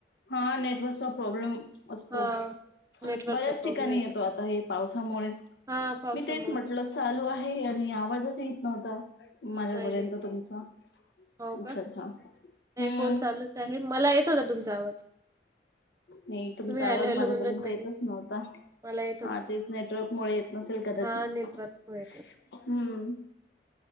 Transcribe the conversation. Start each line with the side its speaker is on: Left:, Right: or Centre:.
Left: हा नेटवर्कचा प्रॉब्लेम असतो.
Right: हा नेटवर्कचा
Left: बऱ्याच
Right: प्रॉब्लेम
Left: ठिकाणी येतो आता हे पावसामुळे
Right: हा पावसामुळे
Left: मी तेच म्हटलं चालू आहे आणि आवाजच येत नव्हता. माझ्यापर्यंत
Right: नाही नाही
Left: तुमचा.
Right: हो
Left: अच्छा
Right: का नाही
Left: अच्छा हम्म
Right: फोन चालूच आहे. मला येत होता तुमचा आवाज.
Left: नाही तुमचा
Right: तुम्ही हॅलो
Left: आवाज
Right: हॅलो
Left: माझ्यापर्यंत
Right: म्हणत नाही
Left: येतच नव्हता.
Right: मला येत
Left: हा
Right: होता
Left: तेच नेटवर्क मुळे येत नसेल कदाचित.
Right: हा नेटवर्कमुळे येत
Left: हम्म.